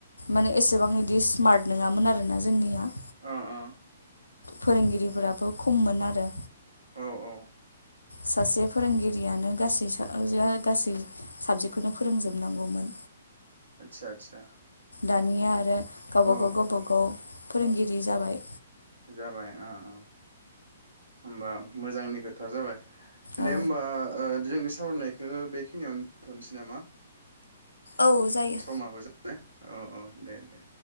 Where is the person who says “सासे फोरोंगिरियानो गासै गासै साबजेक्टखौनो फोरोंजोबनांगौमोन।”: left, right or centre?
Left